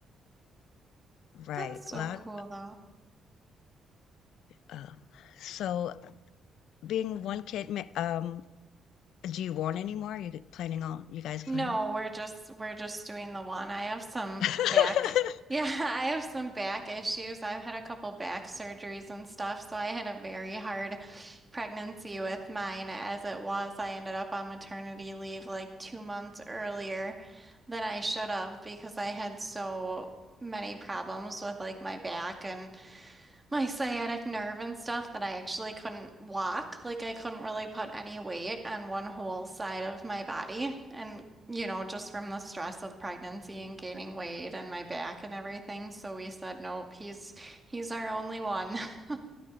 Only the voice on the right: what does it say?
That's so
cool though.
No,
we're just we're just doing the one. I have some
back. Yeah, <laughs> I have some back issues. I've had a couple back surgeries and stuff, so I had a very hard pregnancy with mine as it was. I ended up on maternity leave like two months earlier than I should have because I had so many problems with like my back and my sciatic nerve and stuff that I actually couldn't walk. Like I couldn't really put any weight on one whole side of my body. And, you know, just from the stress of pregnancy and gaining weight and my back and everything. So we said, nope, he's he's our only one. <laughs>